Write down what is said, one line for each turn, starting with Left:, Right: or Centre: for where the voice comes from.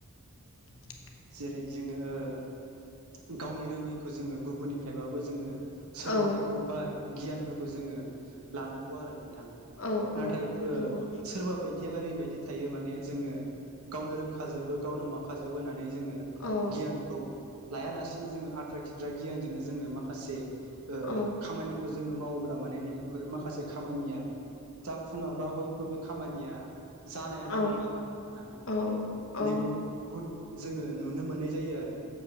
Left: <inaudible>
Right: जेरै जोङो ओ गावनि रोङैखौ जोङो गुबुननिफ्रायबाबो जोङो सोलोंथाइखौ
Left: औ
Right: बा गियानफोरखौ जोङो लानांगौ आरो नों थां
Left: औ
Right: नाथाय
Left: औ नंगौ
Right: सोरबा बायदि बिदिया ओरैबायदि थायो माने जोङो गावनो रोंखाजोबो गावनो मावखाजोबो होननानै जोङो
Left: औ
Right: गियानखौ लाया लासेनो जोङो आद्रा खिद्रा गियानजोंनो जोङो माखासे ओ
Left: औ
Right: खामानिखौ जोङो मावोब्ला माने नै बेफोर माखासे खामानिया जाफुङाबा हयथ' बे खामानिया जानायानो
Left: औ
Right: नङा नोंथां
Left: औ औ
Right: नैबे भुद जोङो नुनो मोननाय जायो आरो